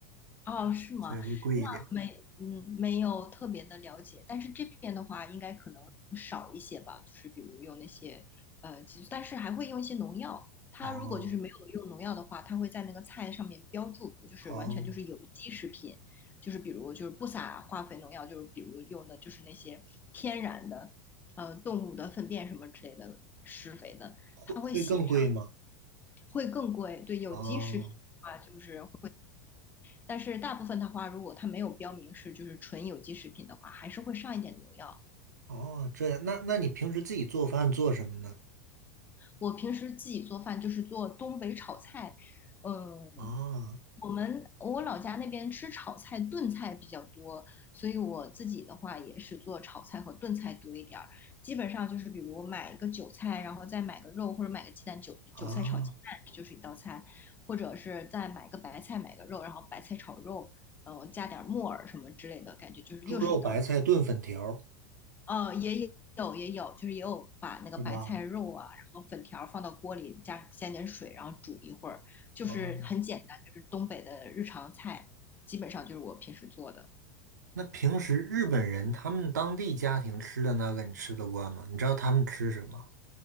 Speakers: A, on the left; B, on the right.
A: 哦，是吗？
B: 所以会贵一点。
A: 那没，嗯，没有特别的了解，但是这边的话，应该可能少一些吧，就是比如用那些呃激素，但是还会用一些农药。它如果就是没有用农药的话，
B: 哦
A: 它会在那个菜上面标注，就是完全就是有机食品，
B: 哦，
A: 就是比如就是不撒化肥农药，就是比如用的就是那些天然的，呃，动物的粪便什么之类的施肥的，
B: 会会更贵吗？
A: 它会写上，会更贵。对，有机食品的话，
B: 哦
A: 就是。但是大部分的话，如果它没有标明是就是纯有机食品的话，还是会上一点农药。
B: 哦，这样，那那你平时自己做饭做什么呢？
A: 我平时自己做饭就是做东北炒菜，嗯，
B: 啊
A: 我们我老家那边吃炒菜、炖菜比较多，所以我自己的话也是做炒菜和炖菜多一点儿。基本上就是比如买一个韭菜，然后再买个肉或者买个鸡蛋，韭韭菜炒鸡蛋就是一道菜，
B: 啊，
A: 或者是再买个白菜买个肉，然后白菜炒肉，嗯、加点木耳什么之类的，感觉就是又是一道
B: 猪肉白菜炖粉条儿
A: 呃，也有也有，就是也有把那个白菜肉啊，
B: 是吧？
A: 然后粉条放到锅里，加加点水，然后煮一会儿，就是很简单，
B: 哦，
A: 就是东北的日常菜，基本上就是我平时做的。
B: 那平时日本人他们当地家庭吃的那个你吃得惯吗？你知道他们吃什么？